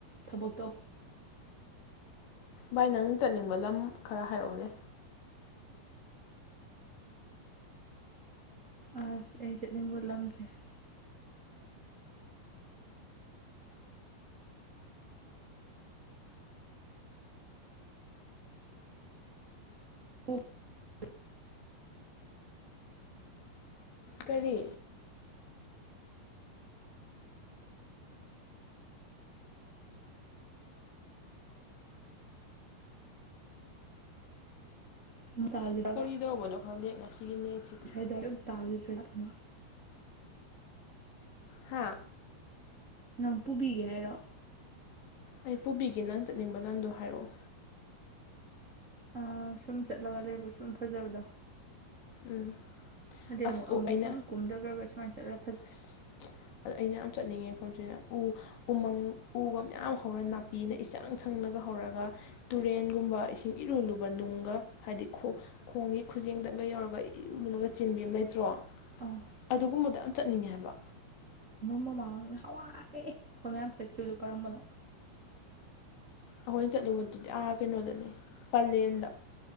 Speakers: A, on the right; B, on the left.
A: ꯊꯕꯛ ꯇꯧ꯫
B: ꯚꯥꯏ ꯅꯪ ꯆꯠꯅꯤꯡꯕ ꯂꯝ ꯈꯔ ꯍꯥꯏꯔꯛꯎꯅꯦ꯫
A: ꯑꯥꯁ ꯑꯩ ꯆꯠꯅꯤꯡꯕ ꯂꯝꯁꯦ <inaudible> <unintelligible> ꯑꯟꯑꯣꯗꯤꯕꯜ
B: ꯀꯔꯤ꯫
A: ꯑꯃꯨꯛ ꯇꯥꯈꯤꯗ꯭ꯔꯕ
B: ꯀꯔꯤ ꯇꯧꯕꯅꯣ ꯈꯪꯗꯦ ꯉꯁꯤꯒꯤ ꯅꯦꯠꯁꯤꯗꯤ꯫
A: ꯉꯁꯥꯏꯗꯣ ꯑꯗꯨꯝ ꯇꯥꯈꯤꯗ꯭ꯔꯦ ꯑꯃ
B: ꯍꯥ
A: ꯅꯪ ꯄꯨꯕꯤꯒꯦ ꯍꯥꯏꯔꯣ꯫
B: ꯑꯩ ꯄꯨꯕꯤꯒꯦ ꯅꯪ ꯆꯠꯅꯤꯡꯕ ꯂꯝꯗꯣ ꯍꯥꯏꯔꯛꯑꯣ꯫
A: ꯑꯥ ꯁꯨꯝ ꯆꯠꯂꯒ ꯂꯩꯕ ꯁꯨꯝ ꯐꯖꯕꯗꯣ꯫
B: ꯎꯝ
A: ꯍꯥꯏꯗꯤ
B: ꯑꯁ
A: ꯑꯃꯨꯛ
B: ꯑꯣ
A: ꯑꯃꯨꯛꯁꯨ
B: ꯑꯩꯅ
A: ꯑꯃꯨꯛ ꯀꯨꯝꯗꯒ꯭ꯔꯒꯁ ꯆꯠꯂ꯫
B: ꯑꯁ ꯑꯗ ꯑꯩꯅ ꯌꯥꯝ ꯆꯠꯅꯤꯡꯉꯦ꯫ ꯅ ꯎ ꯎꯃꯪ ꯎꯒ ꯃꯌꯥꯝ ꯍꯧꯔ ꯅꯥꯄꯤꯅ ꯏꯆꯪ ꯁꯪꯅꯒ ꯍꯧꯔꯒ꯫ ꯇꯨꯔꯦꯟꯒꯨꯝꯕ ꯏꯁꯤꯡ ꯏꯔꯨ ꯂꯨꯕ ꯅꯨꯡꯒ ꯍꯥꯏꯗꯤ ꯈꯣꯡꯒꯤ ꯈꯨꯖꯤꯡꯗꯪꯒ ꯌꯧꯔꯒ ꯏꯔꯨ ꯂꯨ꯫ ꯃꯆꯤꯟ ꯂꯩꯇ꯭ꯔꯣ
A: ꯑꯥ
B: ꯑꯗꯨꯒꯨꯝꯕꯗ ꯌꯥꯝ ꯆꯠꯅꯤꯡꯉꯦ ꯍꯥꯏꯕ꯫
A: ꯃꯥꯡꯗ ꯍꯋꯥꯏ ꯑꯩꯈꯣꯏ ꯃꯌꯥꯝ ꯆꯠꯈꯤꯕꯗꯨꯣ ꯀꯔꯝꯕꯅꯣ꯫
B: ꯑꯩꯈꯣꯏꯅ ꯆꯠꯂꯨꯕꯗꯨꯗꯤ ꯑꯥ ꯀꯩꯅꯣꯗꯅꯦ ꯄꯂꯦꯟꯗ꯫